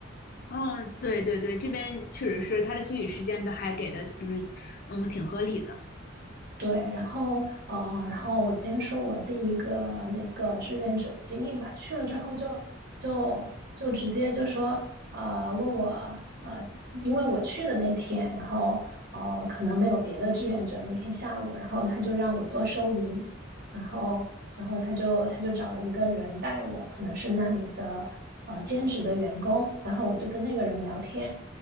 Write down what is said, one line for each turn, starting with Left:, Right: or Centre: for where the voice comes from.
Left: 嗯，对对对，这边确实是他的休息时间都还给的，就是嗯挺合理的。
Right: 对，然后呃，然后我先说我第一个那个志愿者经历吧。去了之后就就就直接就说呃，问我呃，因为我去的那天，然后呃，可能没有别的志愿者那天下午，然后他就让我做收银，然后然后他就他就找了一个人带我，可能是那里的呃兼职的员工，然后我就跟那个人聊天。